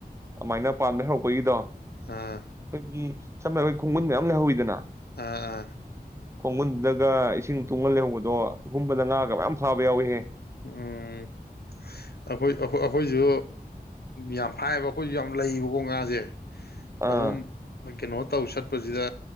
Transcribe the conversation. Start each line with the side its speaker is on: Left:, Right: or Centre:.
Right: ꯑꯃꯥꯏꯅ ꯄꯥꯟ ꯂꯩꯍꯧꯕꯒꯤꯗꯣ
Left: ꯑꯥ
Right: ꯐꯒꯤ ꯁꯝꯅ ꯑꯩ ꯈꯨꯡꯃꯨꯟ ꯃꯌꯥꯝ ꯂꯩꯍꯧꯤꯗꯅ
Left: ꯑ ꯑ
Right: ꯈꯣꯡꯒꯨꯟꯗꯒ ꯏꯁꯤꯡ ꯇꯨꯡꯍꯜ ꯂꯩꯍꯧꯕꯗꯣ ꯆꯒꯨꯝꯕꯗ ꯉꯥꯒ ꯃꯌꯥꯝ ꯐꯥꯕ ꯌꯥꯎꯏꯍꯦ
Left: ꯎꯝ ꯑꯩꯈꯣꯏ ꯑꯩꯈꯣꯏꯁꯨ ꯌꯥꯝ ꯍꯥꯏꯕ ꯑꯩꯈꯣꯏꯁꯨ ꯌꯥꯝ ꯂꯩꯕꯀꯣ ꯉꯥꯁꯦ
Right: ꯑꯥ
Left: ꯑꯗꯨꯝ ꯀꯩꯅꯣ ꯇꯧ ꯆꯠꯄꯁꯤꯗ